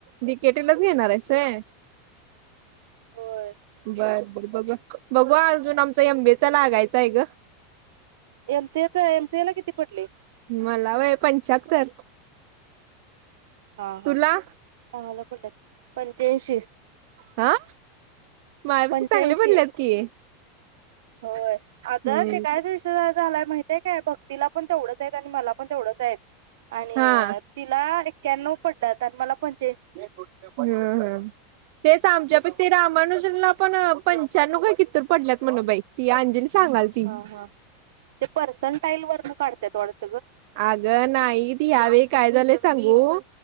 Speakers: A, on the right; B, on the right.
A: डी के टी ई लाच घेणारेस होय.
B: होय
A: बर बर बघ बघवा. अजून आमचा एम बी ए चा लागायचाय ग.
B: एमसीएचा एमसीए ला किती पडले?
A: मला वय पंच्याहत्तर
B: हा हाला
A: तुला
B: हा. पंच्याऐंशी
A: हा माझ्यापस
B: पंच्याऐंशी
A: चांगले पडलेत की.
B: होय
A: हम्म
B: अग ते कायच विषय झालाय माहितीय काय बघ. तिला पण तेवढंच आहे आणि मला पण तेवढंच आहेत आणि
A: हा
B: तिला एक्यानाऊ पडल्यात आणि मला पण
A: हम हम तेच आमच्या पेक्षा ते रामानुजनला पण पंच्या्णव काय तर कितितर पडल्यात म्हण बाई ती अंजली सांगाल ती.
B: हा हा ते पर्सनटाईल वरून काढत्यात वाढतं.
A: आग नाई ती ह्यावेळी काय झालंय सांगू?